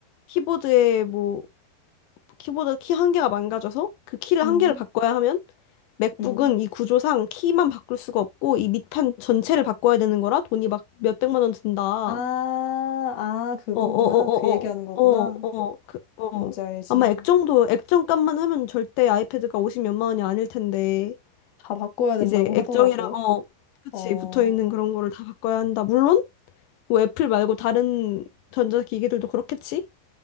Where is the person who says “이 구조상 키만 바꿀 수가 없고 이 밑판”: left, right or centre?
Left